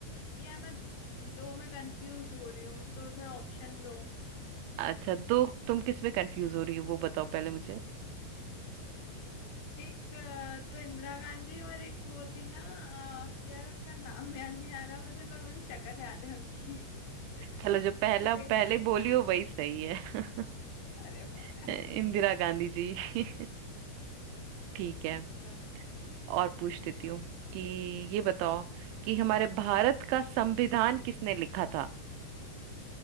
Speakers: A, on the left; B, on the right.
A: यार मैं दो में कंफ्यूज हो रही हूँ तो थोड़ा ऑप्शन दो
B: अच्छा दो तुम किस में कंफ्यूज हो रही हो वो बताओ पहले मुझे
A: एक अ, तो इंदिरा गांधी और एक वो थी ना अ, यार उनका नाम <laughs> याद नहीं आ रहा मुझे पर मुझे शक्ल याद है उनकी <laughs>
B: चलो जो पहला
A: वो थे
B: पहले बोली हो वही सही है
A: अरे वाह
B: <laughs>
A: यार,
B: इंदिरा गांधी जी <laughs> ठीक है
A: चलो
B: और पूछ देती हूँ कि ये बताओ कि हमारे भारत का संविधान किसने लिखा था